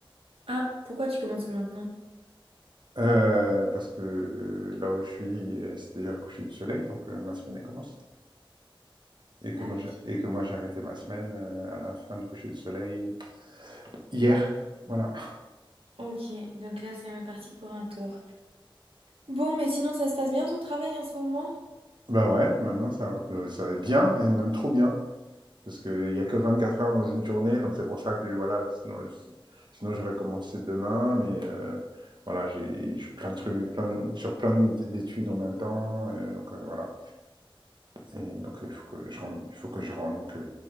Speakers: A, on the right; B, on the right.
A: Ah, pourquoi tu commences que maintenant?
B: Euh, parce que euh, là où je suis, euh, c'est déjà le coucher du soleil, donc euh, ma semaine elle commence. Et que
A: Ah
B: moi
A: oui.
B: j'ai et que moi j'ai arrêté ma semaine euh, à la fin du coucher du soleil hier, voilà. <laughs>
A: Ok, donc là c'est reparti pour un tour. Bon, mais sinon ça se passe bien ton travail en ce moment?
B: Bah ouais, maintenant ça, ça va être bien, et même trop bien. parce qu'il n'y a que 24 heures dans une journée, donc c'est pour ça que voilà, sinon, je, sinon j'aurais commencé demain, mais euh, voilà, j'ai plein de trucs, plein de- sur plein d'études en même temps, euh, donc euh, voilà. Et donc il faut que je rentre, il faut que je rentre, que,